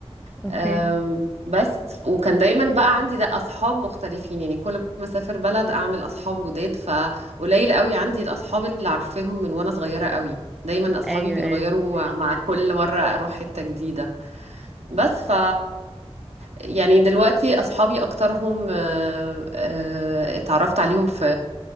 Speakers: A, in the centre; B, on the right.
A: اوكي
B: أم، بس وكان دايما بقى عندي ده اصحاب مختلفين يعني كل ما اسافر بلد اعمل اصحاب جداد فقليل قوي عندي الاصحاب اللي عارفاهم من وانا صغيره قوي دايما اصحابي
A: ايوه
B: بيتغيروا
A: ايوه
B: مع كل مره اروح حته جديده بس ف يعني دلوقتي اصحابي اكترهم آه، آه، اتعرفت عليهم في